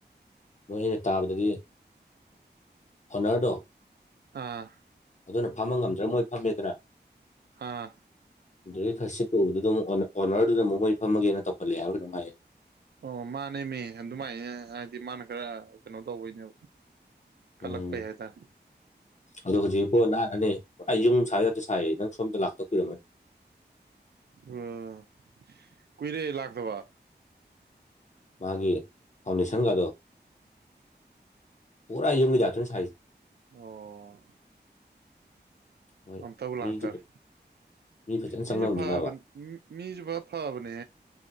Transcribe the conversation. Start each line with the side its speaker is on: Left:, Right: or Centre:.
Left: ꯃꯣꯏ ꯑꯩꯅ ꯇꯥꯕꯗꯗꯤ ꯑꯣꯔꯗꯣ
Right: ꯑꯥ
Left: ꯑꯗꯨꯅ ꯐꯝꯕ ꯉꯝꯗ꯭ꯔꯕ ꯃꯣꯏ ꯐꯝꯃꯦꯗꯅ
Right: ꯍꯥꯥ
Left: ꯑꯗꯨꯩ ꯈꯁꯤ ꯇꯧꯕꯗꯨꯗ ꯑꯃꯨꯛ ꯑꯣꯅꯔꯗꯨꯗ ꯑꯃꯨꯛ ꯃꯣꯏ ꯐꯝꯃꯒꯦꯅ ꯇꯧꯈꯠꯂꯛꯑꯦ ꯍꯥꯏꯕ꯭ꯔ ꯀꯩꯅꯣꯝ ꯍꯥꯏꯌꯦ
Right: ꯑꯣ ꯃꯥꯅꯦ ꯃꯤ ꯑꯗꯨꯃꯥꯏ ꯗꯤ ꯃꯥꯅ ꯈꯔ ꯀꯩꯅꯣ ꯇꯧꯕꯩꯅꯦꯕ ꯀꯜꯂꯛꯄꯩ
Left: ꯎꯝ
Right: ꯍꯥꯏꯇꯥꯔꯦ
Left: ꯑꯗꯣ ꯍꯧꯖꯤꯣ ꯅꯦ ꯌꯨꯝ ꯁꯥꯕ ꯌꯥꯗꯦ ꯁꯥꯏꯌꯦ ꯅꯪ ꯁꯣꯝꯗ ꯂꯥꯛꯇ ꯀꯨꯏꯔꯝꯃꯅꯤ
Right: ꯎꯝ ꯀꯨꯏꯔꯦ ꯂꯥꯛꯇꯕ
Left: ꯃꯥꯒꯤ ꯐꯥꯎꯟꯗꯦꯁꯟꯒꯗꯣ ꯄꯨꯔ ꯌꯝꯒꯤ ꯌꯥꯇꯅꯤ ꯁꯥꯏ
Right: ꯑꯣ
Left: ꯃꯣꯏ
Right: ꯑꯝꯇꯕꯨ ꯂꯥꯛꯇꯔꯦ
Left: ꯃꯤꯖꯨ ꯃꯤ ꯐꯖꯅ
Right: ꯃꯤꯁꯨ
Left: ꯆꯪꯅꯕꯅꯤꯅꯕ
Right: ꯐꯥꯕ ꯃꯤꯁꯨ ꯐ ꯐꯥꯕꯅꯦ